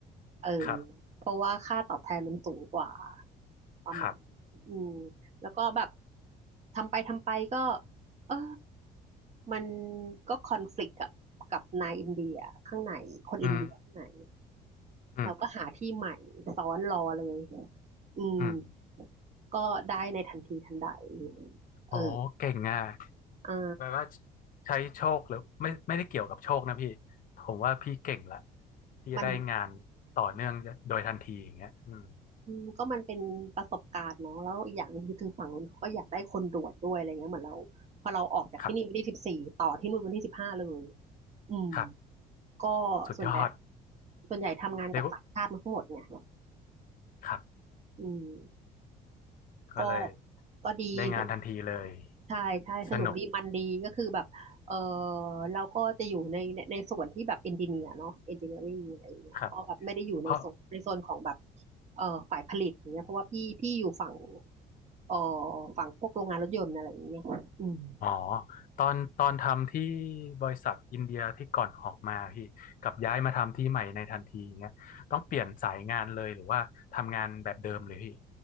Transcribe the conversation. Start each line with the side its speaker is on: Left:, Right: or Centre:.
Right: เออ
Left: ครับ
Right: เพราะว่าค่าตอบแทนมันสูงกว่าประมาณ
Left: ครับ
Right: อืมแล้วก็แบบทำไปทำไปก็เออ มันก็คอนฟ lict กับกับนายอินเดียข้างในคนอินเดียข้างใน
Left: อืมอืม
Right: เราก็หาที่ใหม่ซ้อนรอเลยอืม
Left: อืม
Right: ก็ได้ในทันทีทันใด
Left: โอ้เก่งอ่ะ
Right: เอออ่า
Left: แปลว่าใช้โชคหรือไม่ไม่ได้เกี่ยวกับโชคนะพี่ผมว่าพี่เก่งละที่จะได้งานต่อเนื่องโดยทันทีอย่างเงี้ยอืม
Right: มันอืมก็มันเป็นประสบการณ์เนาะแล้วอีกอย่างหนึงคือถึงฝั่งนู้นเขาก็อยากได้คนด่วนด้วยอะไรเงี้ยเหมือนเราพอเราออกจากที่นี่วันที่สิบสี่ต่อที่นู่นวันที่สิบห้าเลย
Left: ครับ
Right: อืม
Left: ครับ
Right: ก็
Left: สุดยอด
Right: ส่วนใหญ่ส่วนใหญ่ทำงานกับต่างชาติมาทั้งหมดเนี่ย
Left: เรียกว่าครับ
Right: อืม
Left: ก็เลย
Right: ก็ก็ดีสนุก
Left: ได้งานทันทีเลย
Right: ใช่ใช่สนุกดีมันดีก็คือแบบเออ
Left: สนุก
Right: เราก็จะอยู่ในในในส่วนที่แบบเอนจิเนียร์เนาะเอนจิเนียริงอะไรอย่างเงี้ยก็แบบไม่ได้อยู่ในโซนในโซนของแบบ
Left: ครับเพราะ
Right: เออฝ่ายผลิตอย่างเงี้ยเพราะว่าพี่พี่อยู่ฝั่งเออฝั่งพวกโรงงานรถยนต์อะไรอย่างเงี้ยอืม
Left: อ๋อตอนตอนทำที่บริษัทอินเดียที่ก่อนออกมาพี่กับย้ายมาทำที่ใหม่ในทันทีอย่างเงี้ยต้องเปลี่ยนสายงานเลยหรือว่าทำงานแบบเดิมเลยพี่